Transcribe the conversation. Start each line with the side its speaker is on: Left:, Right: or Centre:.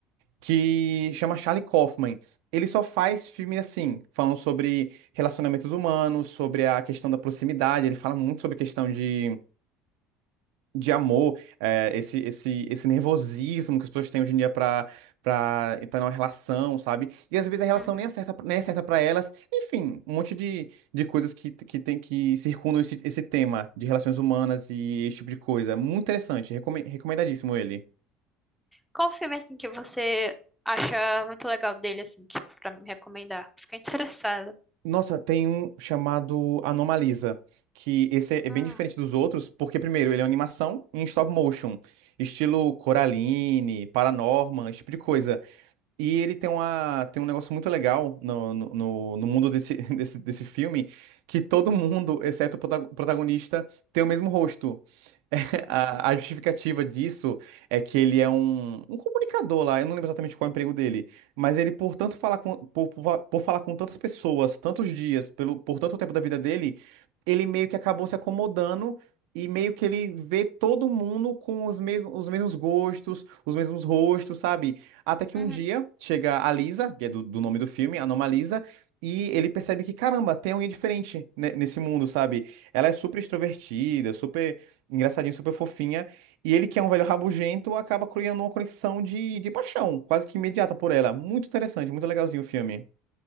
Right: que chama Charlie Kaufman. Ele só faz filme assim, falando sobre relacionamentos humanos, sobre a questão da proximidade. Ele fala muito sobre a questão de, de amor, é, esse, esse, esse nervosismo que as pessoas têm hoje em dia para para entrar numa relação, sabe? E às vezes a relação
Centre: uhum.
Right: nem é certa, nem é certa para elas. Enfim, um monte de, de coisas que, que tem que circundam esse, esse tema de relações humanas e esse tipo de coisa. Muito interessante, recome- recomendadíssimo ele.
Centre: Qual filme, assim, que você acha muito legal dele, assim, que, pra me recomendar? Fiquei interessada.
Right: Nossa, tem um chamado Anomalisa, que esse é é
Centre: Hum,
Right: bem diferente dos outros, porque primeiro, ele é uma animação em stop motion, estilo Coraline, Paranorman, esse tipo de coisa. E ele tem uma, tem um negócio muito legal no, no, no- no mundo desse, <laughs> desse, desse filme, que todo mundo, exceto o prota- o protagonista, tem o mesmo rosto. <laughs> A,
Centre: hum,
Right: a justificativa disso é que ele é um, um comunicador lá, eu não lembro exatamente qual é o emprego dele, mas ele, por tanto falar com, por, por, por falar com tantas pessoas, tantos dias, pelo, por tanto tempo da vida dele, ele meio que acabou se acomodando e meio que ele vê todo mundo com os mesmos, os mesmos gostos, os mesmos rostos, sabe? Até que
Centre: uhum.
Right: um dia chega a Lisa, que é do, do nome do filme, a nome Lisa, e ele percebe que, caramba, tem alguém diferente, né, nesse mundo, sabe? Ela é super extrovertida, super engraçadinho, super fofinha. E ele, que é um velho rabugento, acaba criando uma conexão de, de paixão, quase que imediata por ela. Muito interessante, muito legalzinho o filme.